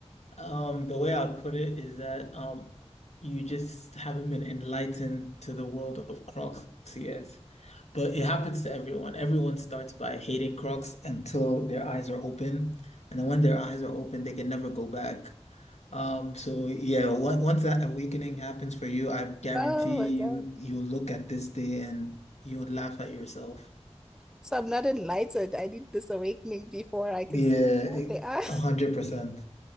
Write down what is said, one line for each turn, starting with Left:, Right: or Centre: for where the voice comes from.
Left: Um, the way I'd put it is that um, you just haven't been enlightened to the world of Crocs yet. But it happens to everyone. Everyone starts by hating Crocs until their eyes are open, and then when their eyes are open, they can never go back. Um, so yeah, once once that awakening happens for you, I guarantee
Centre: Oh my God.
Left: you you'll look at this day and you'll laugh at yourself.
Centre: So I'm not enlightened. I need this awakening before I can
Left: Yeah,
Centre: see what they are. <laughs>
Left: a hundred percent.